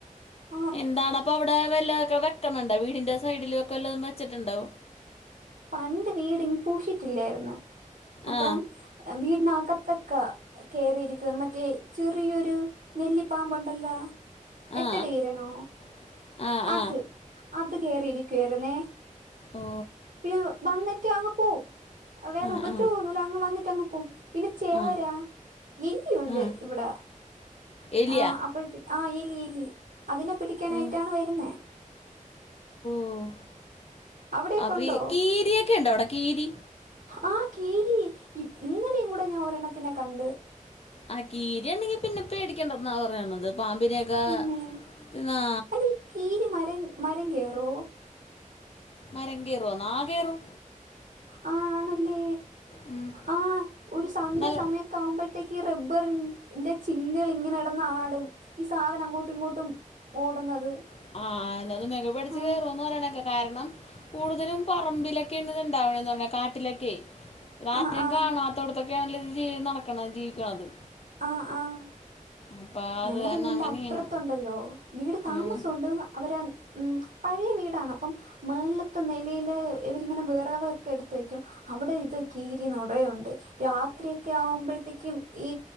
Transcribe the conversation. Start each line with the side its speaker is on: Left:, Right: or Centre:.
Right: ആ
Left: എന്താണ് അപ്പൊ അവിടെ വല്ലതൊക്കെ വെക്കണുണ്ടോ വീടിന്റെ സൈഡിലും ഒക്കെവല്ലതും വെച്ചിട്ടുണ്ടോ.
Right: പണ്ട് വീട് പൂഷിട്ടില്ലായിരുന്നു അപ്പം
Left: ആ
Right: വീടിനകത്തൊക്കെ കേയറിയിരിക്കുന്നു മറ്റേ ചെറിയൊരു നെല്ലിപ്പാമ്പുണ്ടല്ലോ. എട്ടടി
Left: ആ
Right: വീരനോ
Left: ആ ആ
Right: അത്.
Left: ആ
Right: അത് കേറിയിരിക്കുവായിരുന്നേ
Left: ഓ
Right: പിന്നെ വന്നിട്ട് അങ്ങ് പോവും. വേറെ
Left: ആ
Right: ഉപദ്രവം
Left: ആ
Right: ഒന്നുവില്ല അങ്ങ് വന്നിട്ട് അങ്ങ് പോകും പിന്നെ ചേര
Left: ആ
Right: എലിയുണ്ട്
Left: ആ
Right: ഇവിടെ.
Left: എലിയ
Right: ആഹ് അപ്പോഴത്തെ ആഹ് എലി എലി അതിനെ പിടിക്കാനായിട്ടാണ്
Left: ഓ
Right: വരുന്നെ
Left: ഓഹ്
Right: അവിടെയൊക്കെ
Left: അപ്പൊ
Right: ഉണ്ടോ
Left: ഈ കീരി ഒക്കെ ഉണ്ടോ അവിടെ കീരി
Right: ആഹ് കീരി ഇന്നലെയും കൂടെ ഞാൻ ഒരെണ്ണത്തിനെ കണ്ട്.
Left: ആഹ് കീരിയൊണ്ടെങ്കിൽ പിന്നെപ്പേടിക്കണ്ടന്നാ പറയണത് പാമ്പിനെയൊക്കെ
Right: തന്നെ
Left: ഇതാ
Right: അല്ല ഈ കീരി മരം മരം കേറുവോ
Left: മരം കെറുവോന്നോ ആഹ് കേറും
Right: ആഹ് ആണല്ലേ
Left: ഉം.
Right: ആഹ് ഒരു സന്ധ്യ
Left: നല്ല
Right: സമയ ക്കെ ആവുമ്പോഴത്തേക്ക് ഈ റബ്ബറ് ന്റെ ചില്ലകൾ ഇങ്ങനെകിടന്ന് ആടും ഈ സാധനം അങ്ങോട്ടും ഇങ്ങോട്ടും ഓടുന്നത്
Left: <unintelligible> കയറൂന്ന്
Right: ആ
Left: പറയ്ണേക്കെ കാരണം കൂടുതലും പറമ്പിലൊക്കെയാണ് ഇത്ണ്ടാവണേന്ന് പറയുന്നെ കാട്ടിലൊക്കെയേ <unintelligible>
Right: ആ ആ
Left: കാണാത്തോടത്തൊക്കെയാണല്ലോ ഇ നടക്കണ ജീവിക്കണത്
Right: ആഹ് ആഹ്
Left: അപ്പം
Right: ഞങ്ങടെ
Left: അത് തന്നെ
Right: വീടിന്റെ
Left: അങ്ങനെയാണ്
Right: അപ്പുറത്തൊണ്ടല്ലോ വീട് താമസൊണ്ട്
Left: ഉം.
Right: അവര് ഉം പഴയ വീടാണ് അപ്പം മേളിലത്തെ നിലയില് ഇവരിങ്ങനെ വിറവൊക്കെ എടുത്തുവെക്കും അവിടെ ഇത് കീരിനെറെയുണ്ട്. രാത്രിയൊക്കെ ആവുമ്പോഴത്തേക്കും ഈ